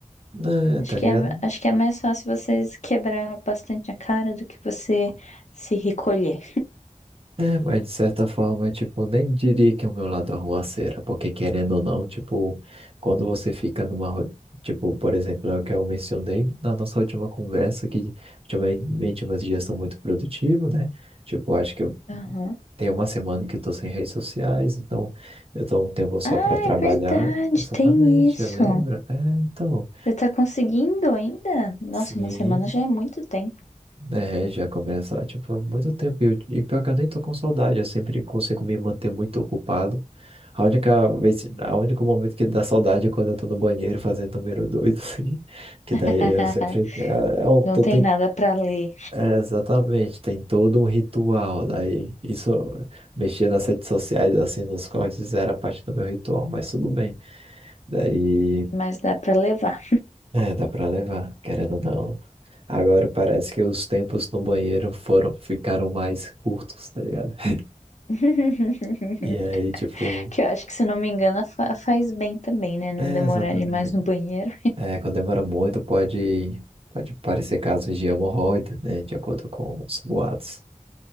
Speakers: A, on the right; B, on the left.
A: né,
B: Acho
A: tá
B: que
A: ligado?
B: é, acho que é mais fácil vocês quebrar bastante a cara do que você se recolher.
A: É, mas de certa forma, tipo, nem diria que é o meu lado arruaceira, porque querendo ou não, tipo, quando você fica numa. ro- Tipo, por exemplo, é o que eu mencionei na nossa última conversa, que ultimamente meus dias estão muito produtivos, né? Tipo, acho que
B: Aham.
A: Tem uma semana que eu tô sem redes sociais, então eu tô um tempo só
B: Ah,
A: para trabalhar.
B: é verdade,
A: Exatamente,
B: tem isso.
A: lembra? É, então.
B: Você tá conseguindo ainda? Nossa,
A: Sim,
B: uma semana já é muito tempo.
A: é, já começa, tipo, há muito tempo. E, eu- e pior que eu nem tô com saudade, eu sempre consigo me manter muito ocupado. A única vez, a único momento que dá saudade é quando eu tô no banheiro fazendo número dois, <laughs> assim. Que
B: <laughs>
A: daí eu sempre. É, é um-
B: Não
A: tô
B: tem nada pra ler,
A: É, exatamente, tem todo um ritual. Daí, isso, mexer nas redes sociais, assim, nos cortes, era parte do meu ritual, mas tudo bem. Daí,
B: mas dá pra levar.
A: é, dá pra levar, querendo ou não. Agora parece que os tempos no banheiro foram, ficaram mais curtos, tá ligado? <laughs>
B: <laughs>
A: E aí, tipo,
B: Que eu acho que, se não me engano, fa- faz bem também, né? Não
A: é,
B: demorar
A: exatamente.
B: demais no banheiro.
A: É, quando demora muito, pode, pode parecer casos de hemorroida, né? De acordo com os boatos.